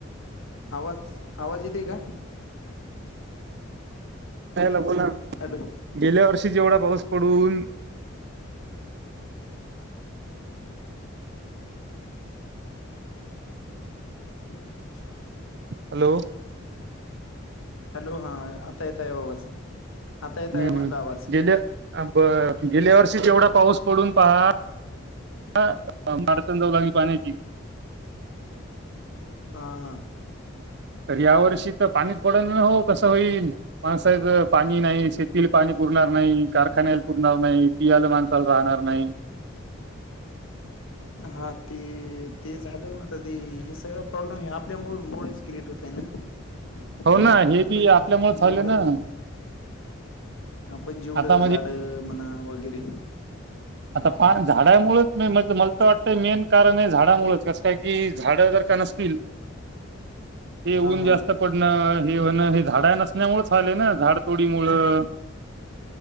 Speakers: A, on the left; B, on the right.
A: आवाज, आवाज येते का?
B: काय नको ना?
A: हॅलो!
B: गेल्या वर्षी जेवढा पाऊस पडून?
A: <inaudible>
B: हॅलो!
A: हॅलो हा आता येत आहे आवाज आता येत
B: हम्म
A: आहे म्हणला आवाज
B: गेल्या ब गेल्या वर्षी जेवढा पाऊस पडून पहा. ह मार्सन जाऊ लागली पाण्याची.
A: हां -हां.
B: तर या वर्षी तर पाणीच पडल ना हो, कसं होईल? माणसाच पाणी नाही, शेतीला पाणी पुरणार नाही, कारखान्याला पुरणार नाही. पियाला माणसाला राहणार नाही.
A: हा ते, ते झालं मग ते हे सगळ प्रॉब्लेम हे आपल्या मुळ मुळेच क्रिएट होत. त्यांना,
B: हो ना हे
A: आपण
B: बी आपल्यामुळे झालं
A: जेवढं?
B: ना
A: आपण जेवढं
B: आता
A: झाड म्हणा वगैरे?
B: आंता कायं झाडांमुळेचं मी म्हटलं मं कसं वाटतंय मेन कारणं आहे झाडांमुळे चं कसं कायं की झाडं जरं कां नसतील. हे ऊंन
A: हा
B: जास्तं
A: हा
B: पडणं हे होणं हे झाडां नसण्यांमूळं झाले नां झाडंतोडीमुळं